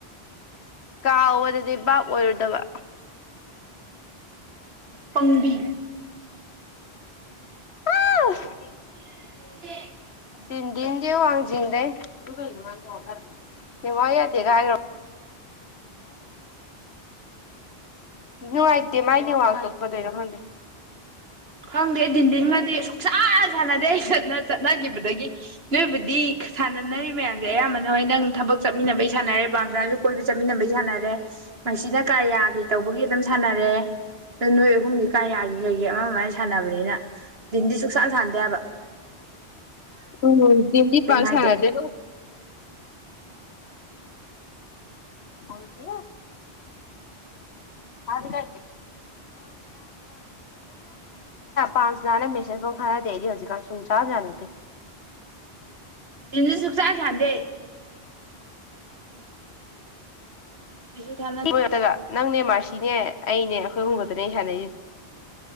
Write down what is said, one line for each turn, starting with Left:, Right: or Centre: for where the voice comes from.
Left: ꯀꯥꯎꯕꯗꯗꯤ ꯚꯥꯞ ꯑꯣꯏꯔꯨꯗꯕ
Right: ꯄꯪꯕꯤ
Left: ꯑ
Right: ꯍ
Left: ꯇꯤꯟꯗꯤꯤꯟꯒꯤ ꯋꯥꯡꯖꯤꯡꯗꯩ ꯋꯥ ꯌꯥꯗꯦ ꯀꯥꯏꯈ꯭ꯔꯣ ꯁꯅ ꯣ ꯑꯥꯏꯇꯦ ꯃꯥꯏꯅꯇ ꯃꯗ ꯍꯗꯦ
Right: ꯈꯪꯗꯦ ꯑꯩ ꯟꯗꯤꯟꯒꯗꯤ ꯁꯨꯡꯁꯥꯟꯅ ꯁꯥꯟꯅꯗꯦ ꯑꯩ ꯆꯠꯅꯈꯤꯕꯗꯒꯤ ꯅꯣꯏꯕꯨꯗꯤ ꯁꯥꯟꯅꯅꯔꯤꯕ ꯃꯌꯥꯝꯁꯦ ꯑꯌꯥꯝꯕꯅ ꯍꯣꯏ ꯅꯪ ꯊꯕꯛ ꯆꯠꯃꯤꯟꯅꯕꯩ ꯁꯥꯟꯅꯔꯦ ꯄꯥꯝꯖꯥꯁꯨ ꯀꯣꯏꯕ ꯆꯠꯃꯤꯟꯅꯕꯒꯤ ꯁꯥꯟꯅꯔꯦ ꯃꯁꯤꯅ ꯀꯔꯤꯌꯥꯒꯤ ꯇꯧꯕꯒꯤ ꯑꯗꯨꯝ ꯁꯥꯟꯅꯔꯦ ꯅ ꯅꯣꯏ ꯑꯍꯨꯝꯗꯤ ꯀꯥ ꯌꯥꯈꯤꯦ ꯀꯩꯒꯤꯦ ꯑꯃ ꯑꯃ ꯁꯥꯟꯅꯕꯅꯤꯅ ꯗꯤꯟꯗꯤ ꯁꯨꯡꯛꯁꯥꯟꯅ ꯁꯥꯟꯅꯗꯦꯕ
Left: ꯎꯝ ꯕꯦꯟꯛꯀꯤ ꯄꯥꯁ
Right: ꯍꯥꯏꯗꯦ
Left: ꯁꯥꯔꯗꯤ ꯍꯟꯁꯤ ꯈꯔ ꯁꯗꯗꯅ ꯄꯁꯅꯥꯅꯁ ꯈꯔ ꯍꯦꯔꯤ ꯍꯧꯖꯤꯛ ꯀꯥꯟ ꯁꯨꯝ ꯆꯥꯖꯅꯗꯤ
Right: <unintelligible> ꯗꯤꯁꯨ ꯆꯥ ꯆꯗꯦ ꯁꯨ ꯊꯥꯅꯗꯦ
Left: ꯅꯠꯇꯒ ꯅꯪꯅꯦ ꯃꯥꯔꯁꯤꯅꯦ ꯑꯩꯅꯦ ꯑꯩꯈꯣꯏ ꯈꯣꯡꯒꯠꯇꯅꯦ ꯑꯩ ꯁꯥꯟꯅꯩꯁꯦ